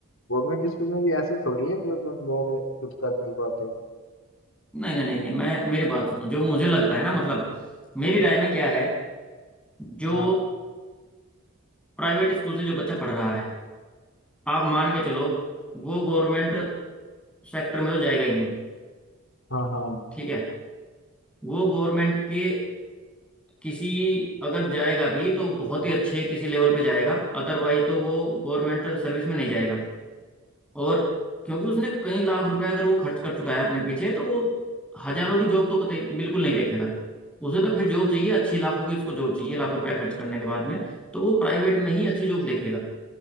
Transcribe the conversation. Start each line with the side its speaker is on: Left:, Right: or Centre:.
Left: गवर्नमेंट स्कूल में भी ऐसे थोड़ी है कि मतलब लोग कुछ कर नहीं पाते
Centre: नहीं नहीं नहीं नहीं मैं मेरी बात सुनो जो मुझे लगता है ना मतलब मेरी राय में क्या है जो
Left: हाँ
Centre: प्राइवेट स्कूल से जो बच्चा पढ़ रहा है आप मान के चलो वो गवर्नमेंट सेक्टर में तो जाएगा ही नहीं
Left: हाँ हाँ
Centre: ठीक है वो गवर्नमेंट के किसी अगर जाएगा भी तो बहुत ही अच्छे किसी लेवल पे जाएगा अदरवाइज तो वो गवर्नमेंट सर्विस में नहीं जाएगा और क्योंकि उसने कई लाख रुपए अगर वो खर्च कर चुका है अपने पीछे तो वो हजारों की जॉब तो कतई बिल्कुल नहीं देखेगा उसे तो फिर जॉब चाहिए अच्छी लाखों की उसको जॉब चाहिए लाखों रुपए खर्च करने के बाद में तो वो प्राइवेट में ही अच्छी जॉब देखेगा